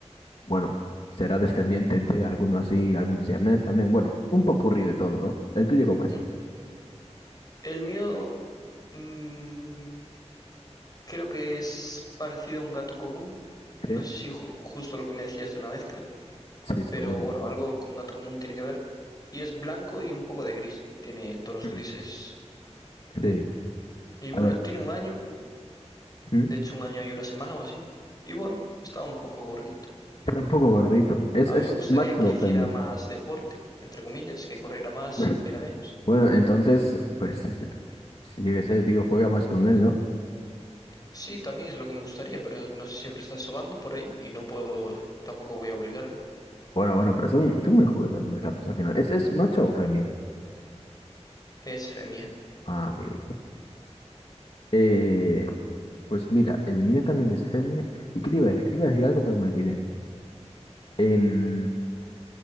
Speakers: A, on the left; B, on the left.
A: Bueno, será descendiente de alguno así, algún siamés también. Bueno, un popurrí de todo, ¿no? ¿El tuyo cómo es?
B: ¿Mm? El mío mm, creo que es parecido a un gato común. No
A: Sí,
B: sé si ju- justo lo que me decías de una mezcla,
A: sí, seguro.
B: pero bueno, algo con gato común tiene que ver. Y es blanco y un poco de gris. Tiene tonos
A: Mm,
B: grises.
A: Sí,
B: Y bueno,
A: a ver,
B: tiene un año.
A: ¿mm?
B: de hecho un año y una semana o así. Y bueno, estaba un poco gordito.
A: Está un poco gordito. ¿Es,
B: A
A: es
B: mí me gustaría
A: macho
B: que hiciera
A: o femenino?
B: más deporte, entre comillas, que corriera más
A: <laughs>
B: y comiera menos.
A: Bueno, entonces, pues, si yo qué sé, tío, juega más con él, ¿no?
B: Sí, también es lo que me gustaría, pero no sé, siempre está sobando por ahí y no puedo, tampoco voy a obligarle.
A: Bueno, bueno, pero son, son muy juguetones los gatos al final. ¿Es, es macho o femia?
B: Es femia.
A: Ah, amigo. Eh, pues mira, el mío también es femia. ¿Y qué te iba a decir? Te iba a decir algo, pero me olvidé. Em,